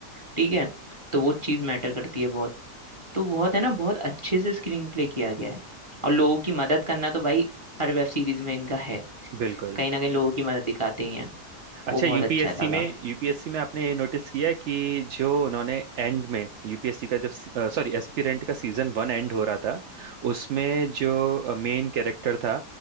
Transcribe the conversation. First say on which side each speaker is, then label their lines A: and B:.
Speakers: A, on the right (about 20°); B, on the right (about 85°).
A: ठीक है तो वो चीज़ मैटर करती है बहुत तो बहुत है ना बहुत अच्छे से स्क्रीन प्ले किया गया है और लोगों की मदद करना तो भाई हर वेब सीरीज में इनका है
B: बिल्कुल
A: कहीं ना कहीं लोगों की मदद दिखाते ही हैं
B: अच्छा
A: वो बहुत
B: यूपीएससी
A: अच्छा लगा
B: में यूपीएससी में आपने ये नोटिस किया है कि जो उन्होंने एंड में यूपीएससी का जब सॉरी एस्पिरेंट का सीजन वन एंड हो रहा था उसमें जो मेन कैरेक्टर था